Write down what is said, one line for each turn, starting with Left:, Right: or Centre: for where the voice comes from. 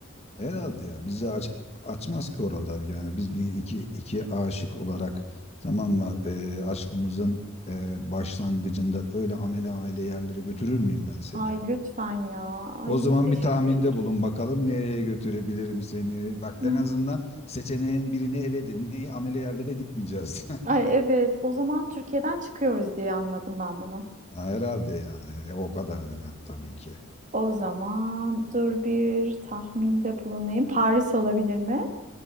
Left: Herhalde ya bizi aç, açmaz ki oralar yani biz bir iki iki aşık olarak tamam mı e, aşkımızın e, başlangıcında öyle amele amele yerlere götürür müyüm ben seni?
Right: Ay lütfen ya. Ay
Left: O zaman
Right: teşekkür
Left: bir tahminde
Right: ederim.
Left: bulun bakalım nereye götürebilirim seni. Bak
Right: Hmm.
Left: en azından seçeneğin birini eledin. Neyi amele yerlere gitmeyeceğiz. <laughs>
Right: Ay evet. O zaman Türkiye'den çıkıyoruz diye anladım ben bunu.
Left: Ha, Herhalde yani E, o kadar da tabii ki.
Right: O zaman dur bir tahminde bulunayım. Paris olabilir mi?